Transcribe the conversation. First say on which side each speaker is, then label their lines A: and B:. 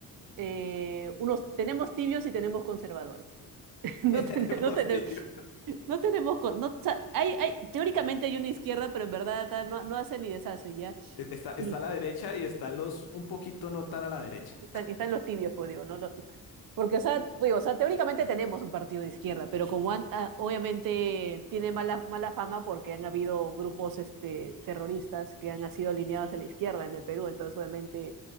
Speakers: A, on the right (about 65°); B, on the left (about 80°).
A: eh, unos, tenemos tibios y tenemos conservadores. <laughs> No,
B: <laughs>
A: ten-
B: Tenemos,
A: no, tenemos
B: tío.
A: no tenemos, con- no, o sea, hay, hay, teóricamente hay una izquierda, pero en verdad ta, no, no hace ni deshace, ¿ya?
B: E- Está,
A: Y
B: está a la derecha y están los un poquito no tan a la derecha.
A: están, están los tibios, pues digo, ¿no? Porque, o sea, digo, o sea, teóricamente tenemos un partido de izquierda, pero como han- ah, obviamente tiene mala, mala fama porque han habido grupos este, terroristas que han sido alineados a la izquierda en el Perú, entonces obviamente